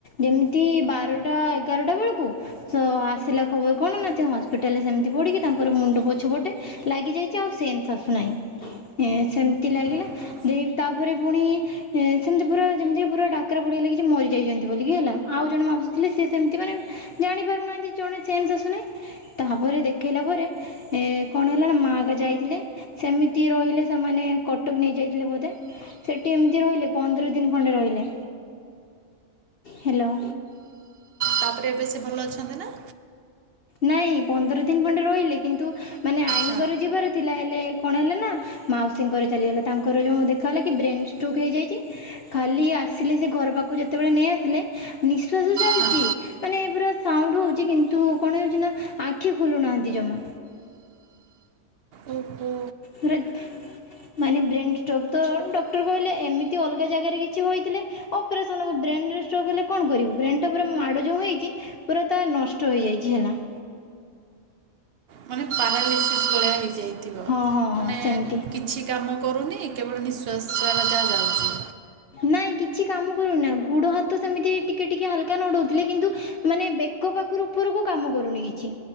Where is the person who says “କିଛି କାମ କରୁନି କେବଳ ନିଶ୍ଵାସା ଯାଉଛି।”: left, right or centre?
Right